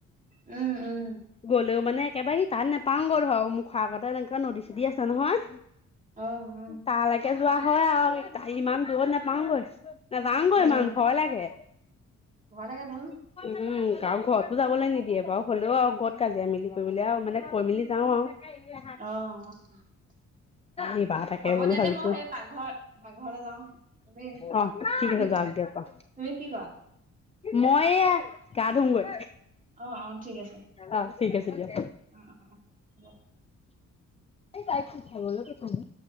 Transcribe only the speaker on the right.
উম
অ উম
উম
ভয় লাগে তোন
অঁ'।
হ'ব
দিয়া
দেই, মই সেই পাকঘৰ, পাকঘৰলৈ যাওঁ দেই,
তুমি
তুমি কি কৰা?
অঁ অঁ ঠিক আছে।
অঁ অঁ অঁহ হ'ব।